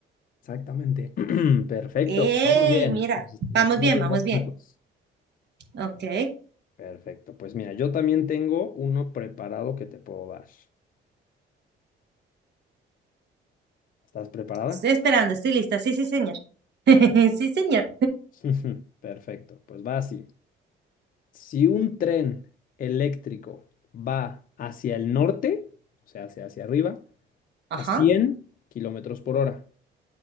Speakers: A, on the left; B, on the right.
A: exactamente. <clears throat> Perfecto,
B: ¡Ey,
A: pues vamos bien,
B: mira!
A: nos, nos
B: Vamos
A: estamos
B: bien,
A: viendo
B: vamos
A: astutos.
B: bien. Ok,
A: Perfecto, pues mira, yo también tengo uno preparado que te puedo dar. ¿Estás preparada?
B: estoy esperando, estoy lista. Sí, sí, señor.
A: Claro.
B: <laughs> Sí, señor.
A: <laughs> Perfecto, pues va así. Si un tren eléctrico va hacia el norte, o sea, hacia, hacia arriba,
B: Ajá.
A: a 100 kilómetros por hora,